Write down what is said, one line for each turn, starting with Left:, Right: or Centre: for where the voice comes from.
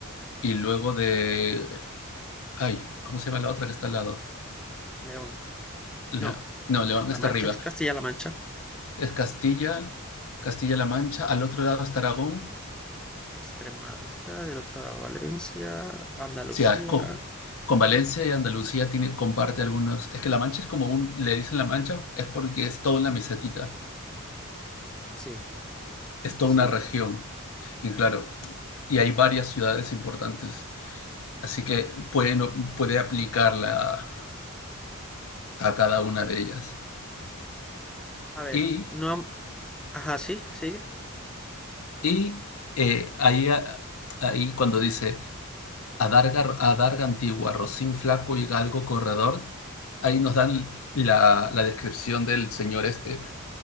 Left: y luego de, ay, ¿cómo se llama la otra que está al lado?
Centre: León.
Left: Le-
Centre: No.
Left: no, León
Centre: La
Left: está
Centre: Mancha
Left: arriba.
Centre: es Castilla-La Mancha.
Left: Es Castilla, Castilla-La Mancha, al otro lado está Aragón
Centre: Extremadura, del otro lado Valencia, Andalucía.
Left: Sí, ah, es cojo. Con Valencia y Andalucía tiene, comparte algunos. Es que La Mancha es como un, le dicen La Mancha, es porque es toda una mesetita,
Centre: Sí,
Left: es
Centre: sí.
Left: toda una región. Y claro, y hay varias ciudades importantes. Así que puede, no- puede aplicarla a, a cada una de ellas.
Centre: A ver,
Left: Y,
Centre: no. Ajá, sí, sigue.
Left: y eh, ahí, a- ahí cuando dice Adarga, Adarga Antigua, Rocín Flaco y Galgo Corredor, ahí nos dan la, la descripción del señor este